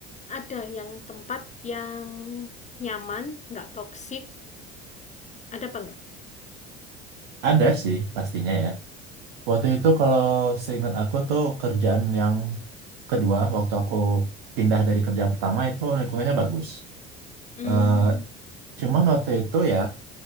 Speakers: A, on the left; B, on the right.
A: ada yang tempat yang nyaman, nggak toksik, ada apa enggak?
B: ada sih pastinya ya. Waktu itu kalau seingat aku tuh kerjaan yang kedua waktu aku pindah dari kerja pertama itu lingkungannya bagus.
A: Hmm.
B: Eh, cuman waktu itu ya